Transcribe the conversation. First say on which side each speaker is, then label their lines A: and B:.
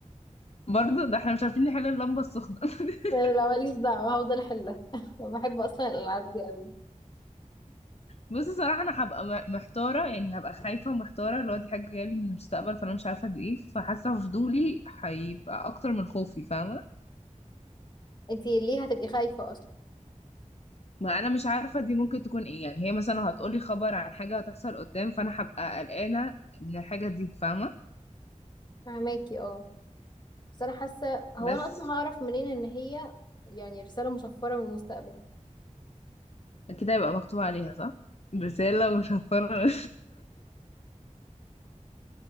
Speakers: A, on the left (about 55°); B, on the left (about 35°).
A: برضه ده احنا مش عارفين نحل اللمبه السخنه <laughs>
B: <laughs> لا ماليش دعوة هفضل أحلها <laughs> بحب أصلا الألعاب دي قوي
A: بصي صراحة أنا هبقى م- محتارة يعني هبقى خايفة ومحتارة اللي هو دي حاجة جاية لي من المستقبل فأنا مش عارفة دي إيه فحاسة فضولي هيبقى أكتر من خوفي فاهمة
B: انتي ليه هتبقي خايفة أصلا
A: ما أنا مش عارفة دي ممكن تكون إيه يعني هي مثلا هتقولي خبر عن حاجة هتحصل قدام فأنا هبقى قلقانة من الحاجة دي فاهمة
B: فهماكي اه بس أنا حاسة هو
A: بس
B: أنا أصلا هعرف منين إن هي يعني رسالة مشفرة من المستقبل
A: كده يبقى مكتوب عليها صح رسالة وشفرة